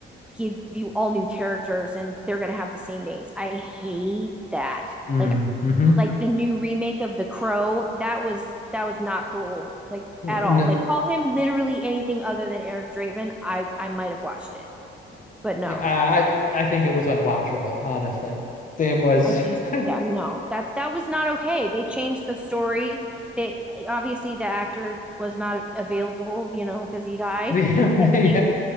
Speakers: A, in the centre; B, on the left.
A: give you all new characters and they're going to have the same names. I hate that.
B: Mm.
A: Like like the new remake of The Crow, that was that was not cool, like
B: hmm
A: at all.
B: No.
A: Like call him literally anything other than Eric Draven, I I might have watched it, but no,
B: I I think it was unwatchable, honestly. It was
A: I just yeah
B: <laughs>
A: no, that's that was not okay. They changed the story. They obviously the actor was not available, you know, because he died.
B: the <laughs>
A: But like